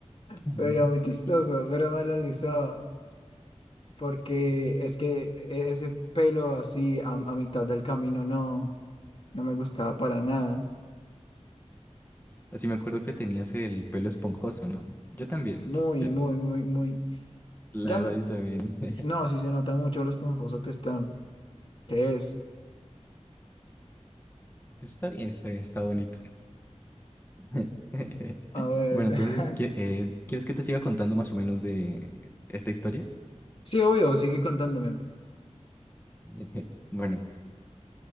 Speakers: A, on the left (about 15°); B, on the left (about 50°).
A: <laughs>
B: Se veía muy chistoso, pero me lo alisaba. Porque es que ese pelo así a, a mitad del camino no, no me gustaba para nada.
A: Así me acuerdo que tenías el pelo esponjoso, ¿no? Yo también.
B: Muy,
A: yo-
B: muy, muy, muy.
A: la
B: Ya
A: verdad,
B: no,
A: yo también. <laughs>
B: no, sí se nota mucho lo esponjoso que está, que es.
A: Pues está bien, está bien, está bonito. <laughs>
B: A ver.
A: Bueno, entonces,
B: <laughs>
A: ¿qui- eh, ¿quieres que te siga contando más o menos de esta historia?
B: Sí, obvio, sigue contándome.
A: <laughs> Bueno,